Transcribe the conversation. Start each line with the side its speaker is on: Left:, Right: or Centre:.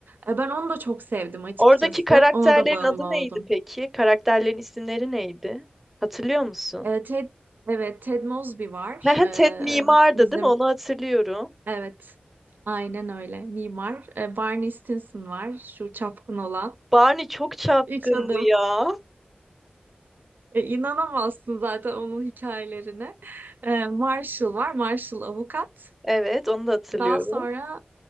Right: Ee, ben onu da çok sevdim açıkçası.
Centre: Oradaki karakterlerin
Right: Ona da bağımlı
Centre: adı
Right: oldum.
Centre: neydi peki? Karakterlerin isimleri neydi? Hatırlıyor musun?
Right: Ee, Ted, evet Ted Mosby var.
Centre: He
Right: Ee,
Centre: Ted mimardı
Right: bizim
Centre: değil mi? Onu hatırlıyorum.
Right: Evet. Aynen öyle. Mimar. E, Barney Stinson var. Şu çapkın olan.
Centre: Barney çok çapkındı
Right: Üç adım.
Centre: ya.
Right: E, inanamazsın zaten onun hikayelerine. E, Marshall var. Marshall avukat.
Centre: Evet, onu da hatırlıyorum.
Right: Daha sonra